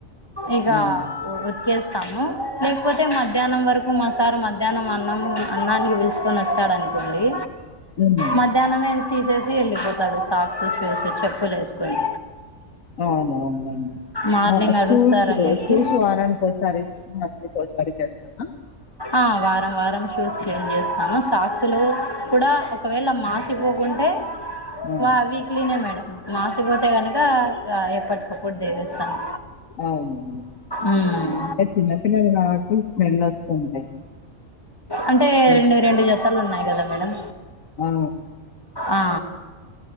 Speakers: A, on the left; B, on the left.
A: ఇగా
B: మేడం
A: ఉతికేస్ తను లేకపోతే మధ్యాహ్నం వరకు మాసార్ మధ్యాహ్నం అన్నం అన్నానికి పిలుచుకుని వచ్చ వచ్చాడనుకోండి
B: ఉమ్
A: మధ్యాహనమే తీసేసి వెళ్ళిపోతాడు సాక్స్ షూస్ చెప్పులు వేసుకొని
B: ఆవునవును
A: మార్నింగ్ అరుస్తారనేసి
B: షూస్ షూస్ వారానికి కోసారి మాంట్లి కోసారి చేస్తన్న
A: ఆ వారం వారం షూస్ క్లీన్ చేస్తాను సాక్సులు కూడా ఒకవేళ మాసిపోకుంటే
B: ఉమ్
A: వా వీక్లీనే మేడం మాసి పోతే కనుక ఎప్పటికప్పుడు దేవేస్తాను
B: అవును
A: ఉమ్
B: చిన్నపిల్లకి కాబట్టి స్మెల్ వస్తుంటాయి
A: అంటే
B: ఉమ్
A: రెండు రెండు జతలు ఉన్నాయి కదా మేడం
B: ఆ అ
A: ఆ